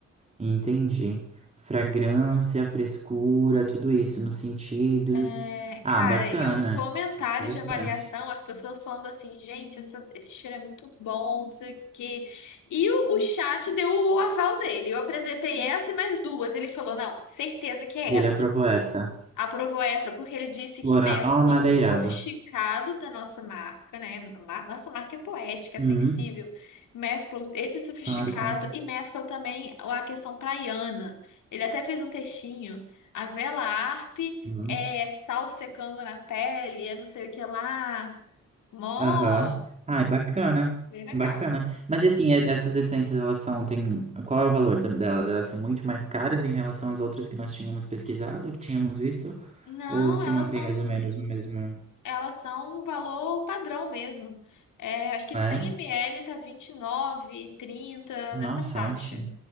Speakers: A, on the right; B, on the left.
A: Entendi. Fragrância, frescura, tudo isso nos sentidos.
B: É,
A: Ah,
B: cara,
A: bacana.
B: e os comentários
A: Interessante.
B: de avaliação, as pessoas falando assim, gente, essa- esse cheiro é muito bom, não sei o quê. E o, o chat deu o aval dele. Eu apresentei essa e mais duas. Ele falou, não, certeza que é
A: E
B: essa.
A: ele aprovou essa.
B: Aprovou essa porque ele disse
A: Floral
B: que mescla
A: amadeirado.
B: o sofisticado da nossa marca, né? Ma- Nossa marca é poética,
A: Hum,
B: é sensível. Mescla os- esse sofisticado
A: claro, claro.
B: e mescla também a questão praiana. Ele até fez um textinho. A vela Arp
A: Hum.
B: é sal secando na pele, é não sei o que lá. Mó,
A: Aham. Ai, bacana.
B: bem legal.
A: Bacana. Mas e assim, e- essas essências, elas são, tem... Qual é o valor tam- delas? Elas são muito mais caras em relação às outras que nós tínhamos pesquisado, que tínhamos visto?
B: Não,
A: Ou se
B: elas
A: mantém
B: são
A: mais ou menos no mesmo...
B: Elas são um valor padrão mesmo. É, acho que
A: É?
B: 100 ml tá 29, trinta
A: Nossa,
B: nessa faixa.
A: ótimo.